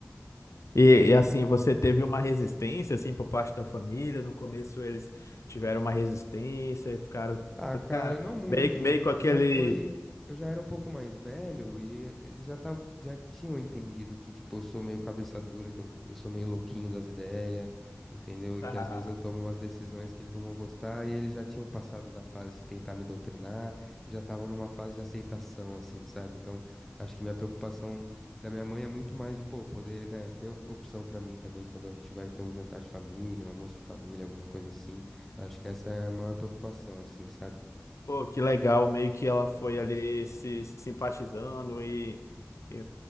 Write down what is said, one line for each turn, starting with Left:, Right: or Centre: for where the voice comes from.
Left: E, e, assim, você teve uma resistência, assim, por parte da família. No começo eles tiveram uma resistência e ficaram,
Centre: Ah,
Left: fica-
Centre: cara, não muito.
Left: meio, meio com aquele.
Centre: Eu Já foi. Eu já era um pouco mais velho e eh, eles já tavam, já tinham entendido que, tipo, eu sou meio cabeça dura, que eu, eu sou meio louquinho das ideias, entendeu? E
Left: <laughs>
Centre: que às vezes eu tomo umas decisões que eles não vão gostar e eles já tinham passado da fase de tentar me doutrinar e já estavam numa fase de aceitação, assim, sabe? Então, acho que minha preocupação da minha mãe é muito mais de, pô, poder, né, ter op- opção pra mim também quando a gente vai ter um jantar de família, um almoço de família, alguma coisa assim. Acho que essa é a maior preocupação, assim, sabe?
Left: Pô, que legal, meio que ela foi ali se simpatizando e, e,